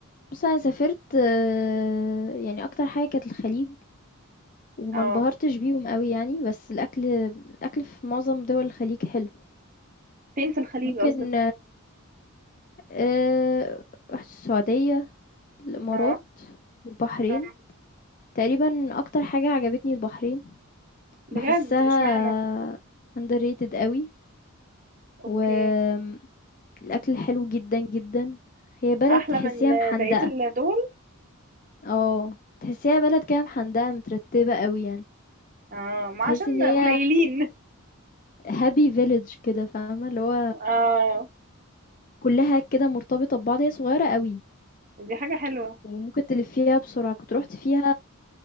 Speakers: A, on the left; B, on the right.
A: بُصّي أنا سافرت آه، يعني أكتر حاجة كانت الخليج وما
B: اه
A: انبهرتش بيهم أوي يعني، بس الأكل الأكل في معظم دول الخليج حلو.
B: فين في الخليج
A: ممكن
B: قصدك
A: آآ رُحت السعودية، الإمارات
B: اه
A: والبحرين.
B: آه.
A: تقريبًا أكتر حاجة عجبتني البحرين،
B: بجد
A: باحسها
B: اشمعنى
A: underrated أوي
B: اوكي
A: وآمم الأكل حلو جدًا، جدًا. هي بلد
B: احلى
A: تحسّيها
B: من
A: محندقة،
B: بقية الدول
A: آه. تحسّيها بلد كده محندقة مترتّبة أوي يعني.
B: اه ما
A: تحسّي
B: عشان
A: إن هي
B: قليلين
A: happy village كده فاهمة، اللي هو
B: اه
A: كُلّها كده مرتبطة ببعض، هي صغيّرة أوي
B: دي حاجة حلوة
A: وممكن تلفّيها بسرعة. كنت رُحت فيها